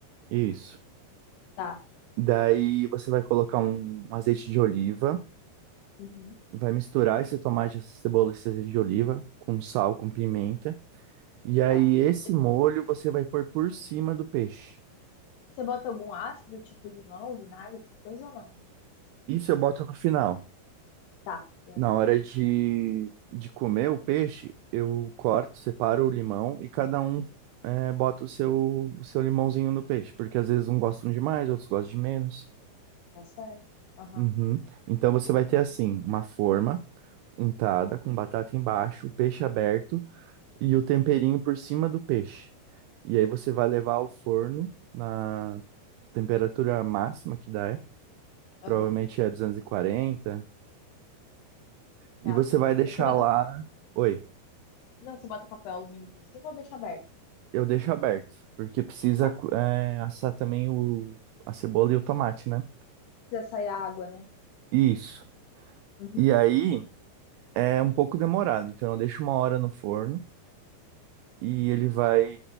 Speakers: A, on the right (about 85°); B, on the left (about 75°).
A: Isso.
B: Tá,
A: Daí você vai colocar um, um azeite de oliva,
B: Uhum.
A: vai misturar esse tomate, essa cebola, esse azeite de oliva com sal, com pimenta. E aí
B: tá.
A: esse
B: E
A: molho você vai pôr por cima do peixe.
B: Você bota algum ácido, tipo limão, vinagre, essas coisas ou não?
A: Isso eu boto no final.
B: Tá, beleza.
A: Na hora de, de comer o peixe, eu corto, separo o limão e cada um é, bota o seu, o seu limãozinho no peixe, porque às vezes um gostam de mais, outros gostam de menos.
B: Tá certo. Aham,
A: Uhum. Então você vai ter assim, uma forma untada com batata embaixo, o peixe aberto e o temperinho por cima do peixe. E aí você vai levar ao forno na temperatura máxima que dá, que
B: aham,
A: provavelmente é 240, e
B: tá.
A: você
B: E
A: vai deixar
B: você bota,
A: lá. Oi.
B: não, você bota papel alumínio por cima ou deixa aberto?
A: Eu deixo aberto, porque precisa
B: Tá.
A: é, assar também o, a cebola e o tomate, né?
B: Precisa sair a água, né?
A: Isso.
B: Uhum.
A: E aí é um pouco demorado, então eu deixo uma hora no forno e ele vai